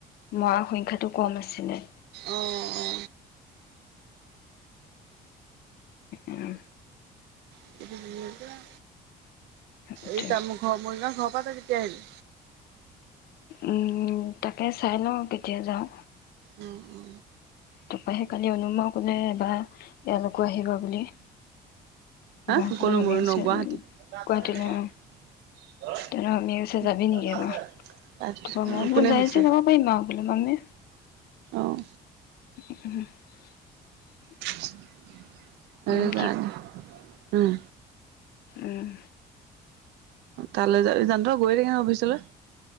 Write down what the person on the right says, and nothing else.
অ অ
এইটো কি বুলি কয়
এই ত মোৰ ঘৰ মৰি না ঘৰ ক তই কেতিয়া আহিবি
অ অ
হ
কো
মোৰ
ন গুৱাহাটী
কোনো
সুধিছে
আহ
<unintelligible>
অ কাৰানে উম
তালৈ য যানত গৈ থাকি ন অফিচলৈ